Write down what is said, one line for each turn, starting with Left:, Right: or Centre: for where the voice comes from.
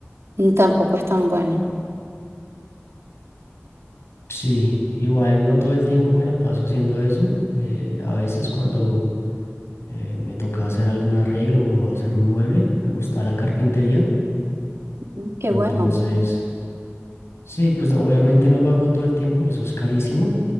Right: tampoco es tan bueno.
Left: Sí, igual no todo el tiempo me la paso haciendo eso. eh, a veces cuando eh, me toca hacer algún arreglo o hacer un mueble, me gusta la carpintería.
Right: Mm, Qué
Left: Entonces
Right: bueno.
Left: Sí, pues obviamente no lo hago todo el tiempo, eso es carísimo.